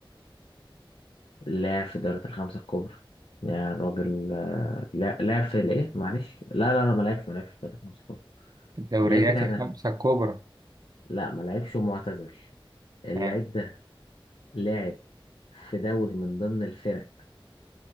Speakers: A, on the left; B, on the right.
A: لاعب في دوري الخمسة الكبرى يعني الراجل آه، لا لاعب في الايه معلش لا لا لا ما لعبش ما لعبش في دوري الخمسة الكبرى
B: الدوريات
A: اللعيب بتاعي
B: الخمسة
A: ده
B: الكبرى
A: لا ما لعبش ومعتزل اللعيب
B: تمام
A: ده لاعب في دوري من ضمن الفرق